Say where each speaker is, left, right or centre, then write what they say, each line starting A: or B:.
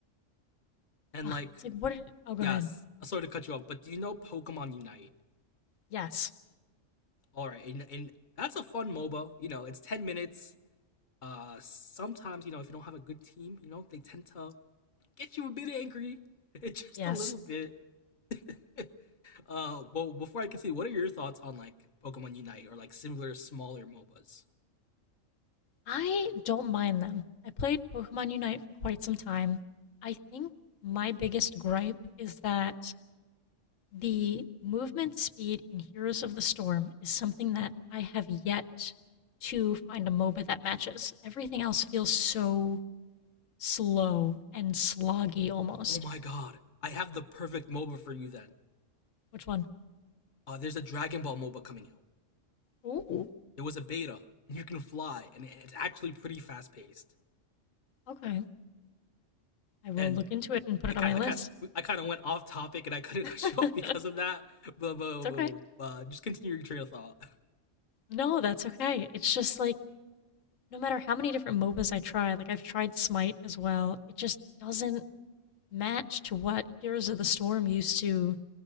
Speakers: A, on the left; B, on the left.
A: And
B: Ugh,
A: like
B: it's like, what? Did, oh, go
A: Yes.
B: ahead.
A: Sorry to cut you off, but do you know Pokemon Unite?
B: Yes.
A: All right, and, and that's a fun MOBA. You know, it's ten minutes. Uh, sometimes you know if you don't have a good team, you know they tend to get you a bit angry, <laughs> it's just
B: Yes.
A: a little bit. <laughs> Uh, but before I continue, what are your thoughts on like Pokemon Unite or like similar smaller MOBAs?
B: I don't mind them. I played Pokemon Unite for quite some time. I think my biggest gripe is that the movement speed in Heroes of the Storm is something that I have yet to find a MOBA that matches. Everything else feels so slow and sloggy almost.
A: Oh my God, I have the perfect MOBA for you then.
B: Which one?
A: Uh, there's a Dragon Ball MOBA coming out.
B: Ooh,
A: There was a beta, and you can fly, and it's actually pretty fast paced.
B: okay. I will
A: And
B: look into it and put
A: I
B: it
A: kind
B: on my
A: I
B: list.
A: kind I kind of went off topic and I kind of
B: <laughs>
A: <laughs> cut you off
B: it's
A: because of that. But, but,
B: okay.
A: but, but, uh, just continue your train of thought. <laughs>
B: No, that's okay. It's just like no matter how many different MOBAs I try, like I've tried Smite as well, it just doesn't match to what Heroes of the Storm used to